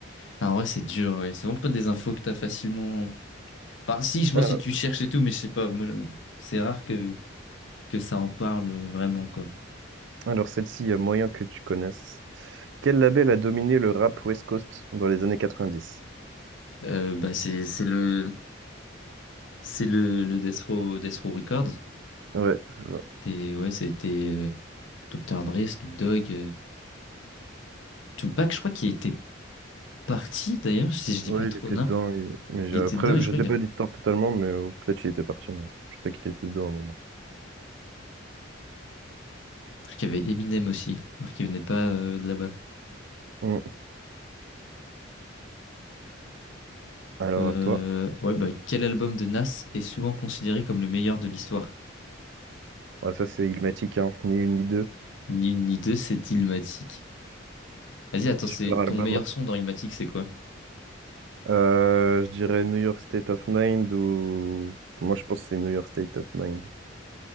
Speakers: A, on the left; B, on the right.
A: Alors, en vrai, c'est dur, ouais. C'est vraiment pas des infos que t'as facilement. Enfin, si, je pense
B: Alors,
A: que si tu cherches et tout, mais je sais pas. Moi, c'est rare que, que ça en parle vraiment, quoi.
B: alors celle-ci, il y a moyen que tu connaisses. Quel label a dominé le rap West Coast dans les années 90?
A: Euh, bah, c'est c'est le, c'est le, le Death Row, Death Row Records.
B: Ouais, c'est ça.
A: C'est, ouais, c'était euh, Dr. Dre, Snoop Dogg, euh, Tupac, je crois qu'il était parti d'ailleurs, si je dis
B: ouais,
A: pas trop
B: il était
A: nimp.
B: dedans. il- Mais
A: Il
B: j'ai-
A: était
B: après,
A: dedans et je
B: je
A: crois
B: sais
A: qu'il
B: pas
A: a
B: l'histoire totalement, mais euh, peut-être qu'il était parti. mais je sais qu'il était dedans à un moment.
A: truc, Il y avait Eminem aussi, alors qu'il venait pas euh, de là-bas.
B: Hum. Alors
A: Euh,
B: à toi.
A: ouais, bah, quel album de Nas est souvent considéré comme le meilleur de l'histoire?
B: Ouais, ça, c'est Illmatic, hein. Ni une ni deux.
A: Ni une ni deux, c'est Illmatic. Vas-y, attends,
B: Super
A: c'est
B: album.
A: ton meilleur son dans Illmatic, c'est quoi?
B: Euh, je dirais New York State of Mind ou... Moi, je pense que c'est New York State of Mind.